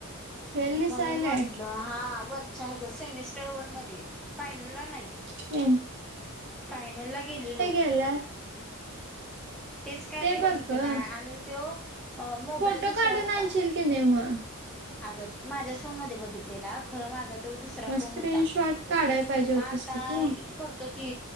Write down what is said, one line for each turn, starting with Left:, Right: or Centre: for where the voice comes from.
Right: हे लिसायलय
Centre: म्हणून म्हटलं हा चा हजं सेमिस्टर वन मध्ये, फायनलला नाही,,,
Right: सेम
Centre: फायनल ला गेलेलो
Right: ल्यात
Centre: तेच काय मी बघितलं
Right: बघ ग.
Centre: नाय,, आणि तो अ मोबेल
Right: फोटो
Centre: दूसरा
Right: काढून
Centre: हूता.
Right: आणशील की नाही मग?
Centre: आगं माझ्याच फोन मधे बघितलेला खरं माझं तो दुसरा
Right: मग
Centre: फोन
Right: स्क्रीनशॉट
Centre: हूता,,
Right: काढाय पाहिजे होतीस
Centre: मग आता
Right: का तू
Centre: हे करतो कि